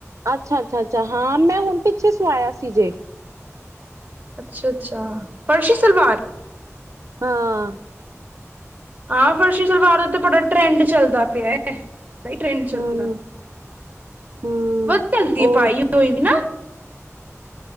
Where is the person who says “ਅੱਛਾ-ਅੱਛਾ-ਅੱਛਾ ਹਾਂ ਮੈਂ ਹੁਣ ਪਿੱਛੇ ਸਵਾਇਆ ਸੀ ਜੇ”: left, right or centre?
Right